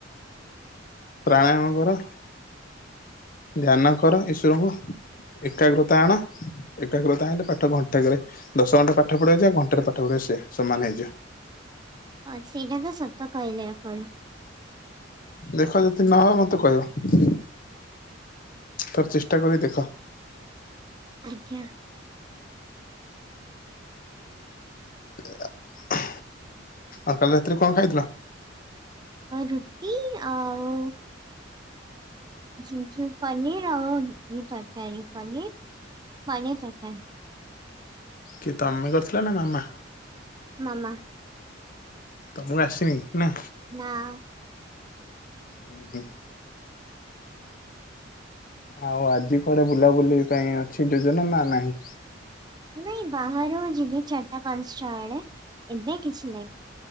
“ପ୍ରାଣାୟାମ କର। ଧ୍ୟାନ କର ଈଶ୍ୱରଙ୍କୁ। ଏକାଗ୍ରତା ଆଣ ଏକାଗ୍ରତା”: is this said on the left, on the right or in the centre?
Left